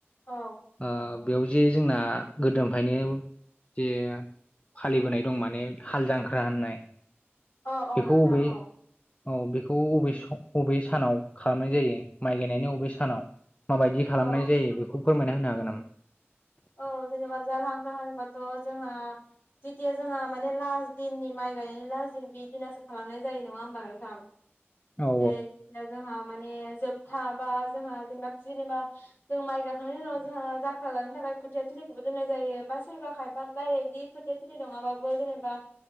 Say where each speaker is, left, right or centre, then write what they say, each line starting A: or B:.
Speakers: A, on the left (about 50°); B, on the left (about 30°).
A: औ
B: ओ बेयाव जे जोंना गोदोमफायनो जे फालिबोनाय दं माने हाल जांख्रा होननाय
A: अ अ
B: बेखौ
A: नोंथां
B: अबे
A: औ
B: औ बेखौ अबे स अबे सानाव खालामनाय जायो माइ गायनायनि अबे सानाव माबायदि खालामनाय
A: औ
B: जायो बेखौ फोरमायना होनो हागोन नामा?
A: औ जेनेबा जारलाहांखार होनबाथ' जोंहा जेतिया जोंहा माने लास्ट दिननि माइ गायनायनि लास्ट दिन बि दिनासो खालामनाय जायो नङा होमबा नोंथां
B: औ
A: जेरै जेथिया जोंहाम माने जोबथा बा जोंहा जेनेबा जेनेबा जों माइ गाखांनायनि उनाव जोंहा जाख्रा जानो थाखाय खोथिया थिलिखौबो दोननाय जायो बा सोरबा खायफा डाइरेक्टलि खोथिया थिलि नङाबाबो जेनेबा